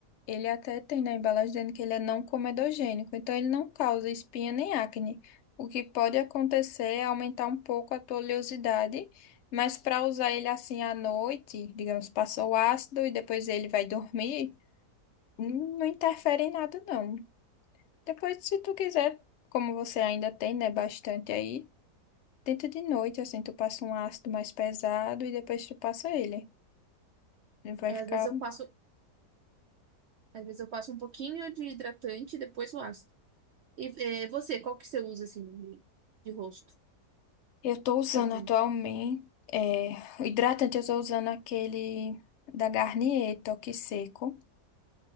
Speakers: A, on the left; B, on the right.
A: Ele até tem na embalagem dizendo que ele é não comedogênico, então ele não causa espinha nem acne. O que pode acontecer é aumentar um pouco a tua oleosidade, mas para usar ele assim à noite, digamos, passou o ácido e depois ele vai dormir, hum, não interfere em nada, não. Depois, se tu quiser, como você ainda tem, né, bastante aí, tenta de noite, assim, tu passa um ácido mais pesado e depois tu passa ele. Ele Vai
B: É,
A: ficar
B: às vezes eu passo, às vezes eu passo um pouquinho de hidratante e depois o ácido. E é, você, qual que você usa, assim, de, de rosto?
A: Eu tô usando
B: Hidratante.
A: atualmente, é, o hidratante eu tô usando aquele da Garnier, Toque Seco.